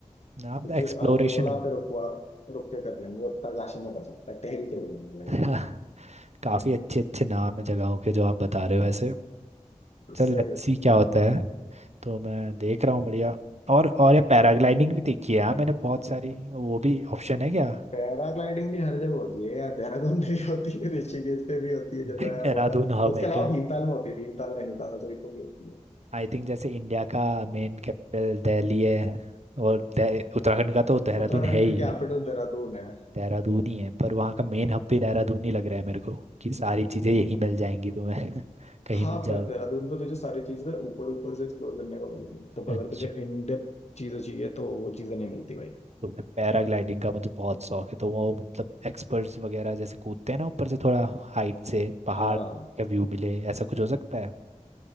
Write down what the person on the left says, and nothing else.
तुझे
अल्मोड़ा
पे रुकवा रुक के कर लेंगे वो उत्तरकाशी में कर सकता है टहरी चले जाएंगे भाई
इससे
पैराग्लाइडिंग भी हर जगह होती है यार देहरादून में भी होती है ऋषिकेश पे भी होती है जब
मैं बोला
उसके
अलावा
भीमताल में होती है भीमताल नैनीताल साइड को भी होती है
उत्तराखंड
की कैपिटल देहरादून है
हाँ
पर देहरादून पे तुझे सारी चीजें ऊपर ऊपर से एक्सप्लोर करने को मिलेगी तो
अगर तुझे इन डेप्थ चीजें चाहिए तो वो चीजें नहीं मिलती भाई
हाँ